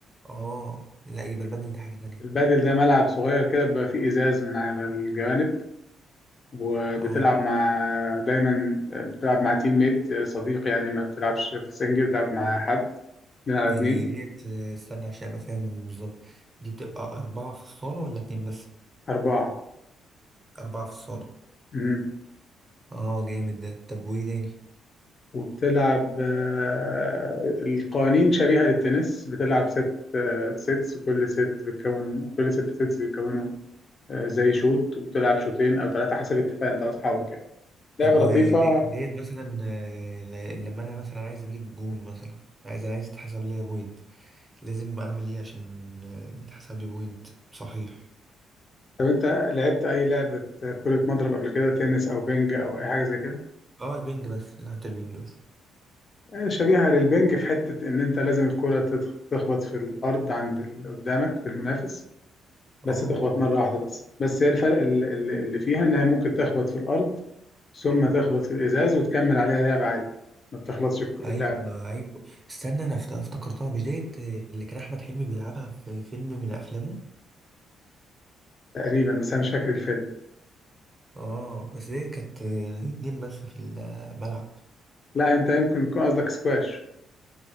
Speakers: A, on the right (about 25°); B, on the left (about 40°).
A: اه لا يبقى البدل ده حاجه تانية
B: البادل ده ملعب صغير كده بيبقى فيه إزاز من على الجوانب وبتلعب
A: اه
B: مع دايما بتلعب مع تيم ميت صديق يعني ما بتلعبش في سنجل بتلعب مع حد اتنين على
A: يعني
B: اتنين
A: ديت آه، استنى عشان ابقى فاهم بالظبط دي بتبقى اربعه في الصاله ولا اتنين بس
B: أربعة
A: اربعه في الصاله
B: مم.
A: اه جامد ده طب وايه تاني
B: وبتلعب آه، القوانين شبيهة للتنس بتلعب ست آه، سيتس وكل ست بتكون كل ست سيتس بيتكونوا آه، زي شوط وبتلعب شوطين أو ثلاثة حسب اتفاق أنت وأصحابك يعني
A: طب
B: لعبة
A: وديت
B: لطيفة
A: ديت مثلا آه، ل- لما انا مثلا عايز اجيب جون مثلا عايز عايز تحسب لي بوينت لازم اعمل ايه عشان آه، يتحسب لي بوينت صحيح
B: طب انت لعبت اي لعبة كرة مضرب قبل كده تنس او بينج او اي حاجة زي كده
A: اه البنج بس لعبة البنج بس
B: آه، شبيهة للبينج في حتة ان انت لازم الكرة تتخ- تخبط في الارض عند اللي قدامك في المنافس بس
A: اه
B: تخبط مرة واحدة بس بس هي الفرق ال- ال- اللي فيها ان هي ممكن تخبط في الارض ثم تخبط في الازاز وتكمل عليها لعبة عادي ما بتخلصش الك-
A: ايوه
B: اللعبة
A: ايوه استنى انا افت- افتكرتها مش ديت آه، اللي كان احمد حلمي بيلعبها في فيلم من افلامه
B: تقريبا بس انا مش فاكر الفيلم
A: اه بس ديت كانت آه، اتنين بس في الملعب
B: لا انت يمكن يكون قصدك سكواش